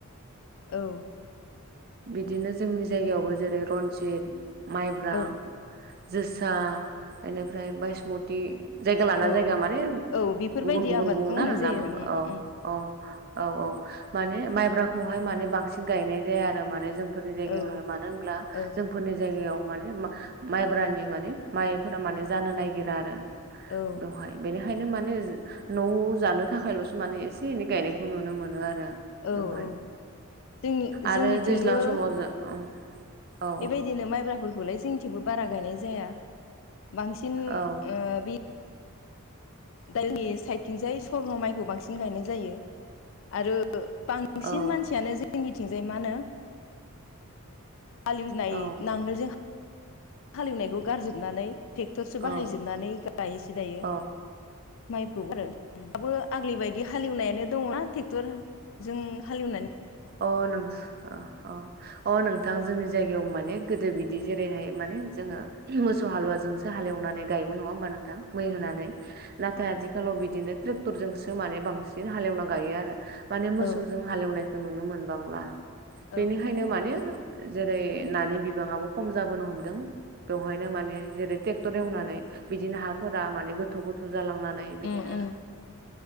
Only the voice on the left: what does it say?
औ
औ
औ
औ बेफोरबायदि
आबादखौ
मावनाय
जायो
आरो उम
उम
उम
औ
औ
औ
औ-औ
जोंनि
जोंनिथिंबो
बेबायदिनो माइब्राफोरखौलाय जोंथिंबो बारा गायनाय जाया बांसिन
बे दाोंनि साइदथिंजाय स्वर्न' माइखौ बांसिन गायनाय जायो आरो बांसिन
मानसियानो जोंनिथिंजाय मा होनो हाले एवनाय
नांगोलजों हाले एवनायखौ गारजोबनानै ट्रेक्टरसो बाहायजोबनानै
गायोसै दायो
माइखौ आरो दाबो आगलि बायदि हालेवनायानो दं ट्रेक्टर जों हाले एवनानै
औ
औ
उम उम